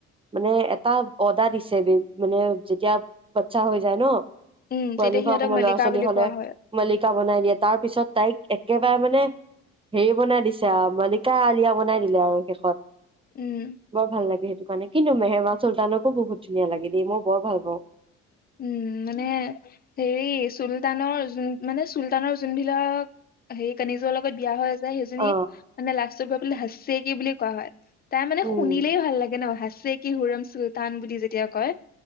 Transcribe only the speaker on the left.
উম
তেতিয়া সিহঁতক
মল্লিকা
বুলি
কোৱা হয়
উম।
উম মানে হেৰি চুলতানৰ যোন মানে চুলতানৰ যোনবিলাক সেই কানিজৰ লগত বিয়া হৈ যায় সেইজনীক
মানে লাষ্টত গৈ পেলাই হাচছে কি বুলি কোৱা হয়? তাই মানে
শুনিলেই ভাল লাগে ন', হাচছে কি হুৰাম চুলতান বুলি যেতিয়া কয়।